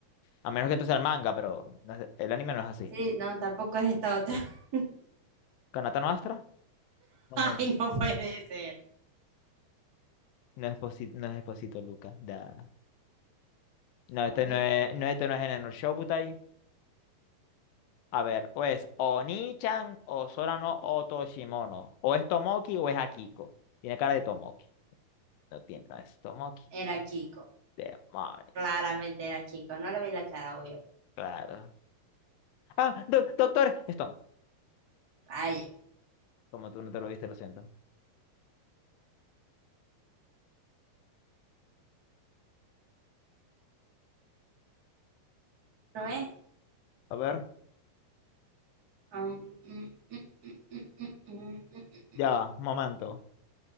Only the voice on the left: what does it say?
A menos que tú seas el manga, pero no es de- el anime no es así.
Kanata Nuestra. No.
No es Esposito, no es Esposito Lica. da. No, este
no es, no, este no es en el Shobutai. A ver, o es Oni-chan, o Sora no Otoshimono. O es Tomoki o es Akiko. Tiene cara de Tomoki. No tiene, no es Tomoki.
Demonios.
Claro. Ah, do- doctor Stone.
Como tú no te lo viste, lo siento.
A ver,
ya va, un momento.